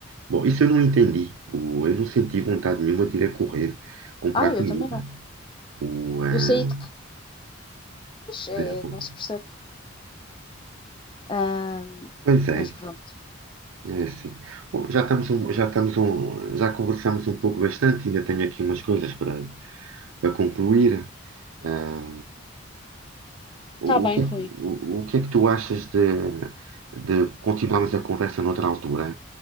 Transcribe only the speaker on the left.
Ah, eu
também não.
Eu saí depois
é,
não se percebe. Ahm,
mas pronto.
Está bem,
Rui.